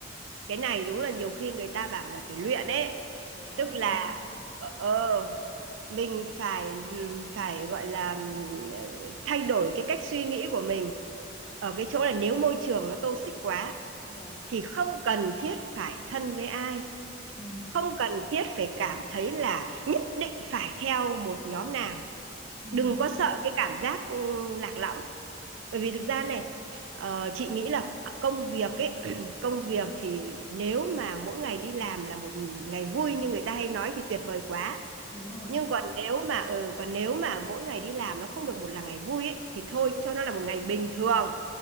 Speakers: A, on the right; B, on the left.
A: cái này đúng là nhiều khi người ta bảo là phải luyện ấy
B: Thế á,
A: tức
B: Linh-
A: là
B: chị.
A: ờ ờ, mình phải phải gọi là ừ, thay đổi cái cách suy nghĩ của mình ở cái chỗ là nếu môi trường nó toxic quá
B: Vâng.
A: thì không cần thiết phải thân với ai
B: Ừ.
A: không cần thiết phải cảm thấy là nhất định phải theo một nhóm nào
B: Ừ
A: đừng
B: ừ
A: có sợ cái cảm giác ừ, lạc lõng bởi vì
B: ừ.
A: thực ra này ờ, chị nghĩ là công việc ấy <clears throat> công
B: ừ.
A: việc thì nếu mà mỗi ngày đi làm là một ngày vui như người ta hay nói thì tuyệt vời quá
B: Đúng rồi
A: nhưng
B: chị.
A: còn nếu mà ừ, còn nếu mà mỗi ngày đi làm nó không được một là ngày vui ấy, thì thôi cho nó là một ngày bình thường